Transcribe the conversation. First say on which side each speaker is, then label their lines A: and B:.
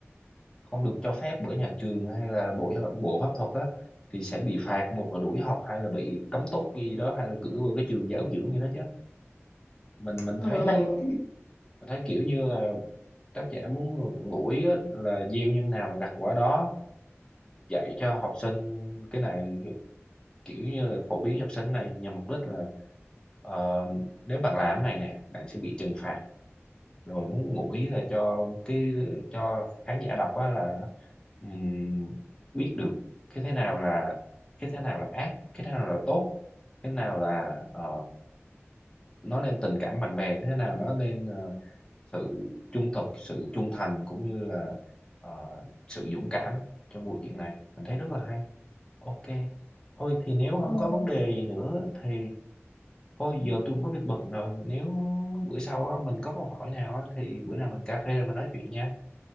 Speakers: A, on the left (about 15°); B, on the left (about 65°).
A: không được cho phép bởi nhà trường hay là bộ bộ pháp thuật á thì sẽ bị phạt một là đuổi học hay là bị cấm túc gì đó hay là gửi vào cái trường giáo dưỡng gì đó chứ mình mình
B: Ừm,
A: thấy
B: mình
A: mình thấy kiểu như là tác giả muốn ngủi á, là gieo nhân nào gặt quả đó dạy cho học sinh cái này kiểu như là phổ biến học sinh này nhằm mục đích là ờ, nếu bạn làm cái này nè bạn sẽ bị trừng phạt rồi muốn ngụ ý là cho cái cho khán giả đọc á là ừm, biết được cái thế nào là cái thế nào là ác cái thế nào là tốt cái nào là ờ, nó lên tình cảm bạn bè như thế nào nó lên ờ, sự trung thực sự trung thành cũng như là ờ, sự dũng cảm trong bộ chuyện này mình thấy rất là hay ok thôi thì nếu không
B: ừm,
A: có vấn đề gì nữa thì thôi giờ tôi cũng có việc bận rồi nếu bữa sau á, mình có câu hỏi nào á, thì bữa nào mình cà phê rồi mình nói chuyện nha